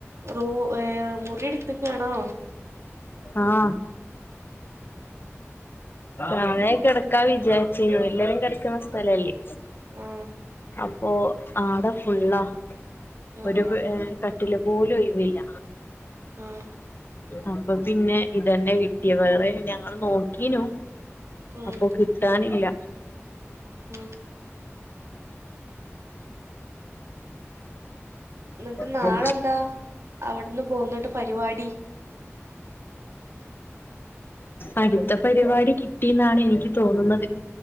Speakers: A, on the right; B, on the left.
A: റൂ ഏഹ് മുറിയെടുത്തക്കാണോ
B: ആഹ് താഴെ കെട്ക്കാ വിചാരിച്ചീനി എല്ലരും കെടക്കുന്ന സ്ഥലല്ലേ
A: ആ
B: അപ്പൊ ആട ഫുള്ളാ
A: ആ
B: ഒരു
A: ആ
B: വ് കട്ടില് പോലും ഒഴിവില്ല
A: ഉം.
B: അപ്പൊ പിന്നെ ഇതന്നെ കിട്ടിയ വേറെ ഞങ്ങൾ നോക്കീനു
A: ഉം
B: അപ്പൊ കിട്ടാനില്ല
A: ഉം എന്നിട്ട്
B: പത്ത
A: നാളെന്താ
B: <inaudible>
A: അവിടുന്ന് പോന്നിട്ട് പരിപാടി
B: അടുത്ത പരിപാടി കിട്ടിന്നാണ് എനിക്ക് തോന്നുന്നത്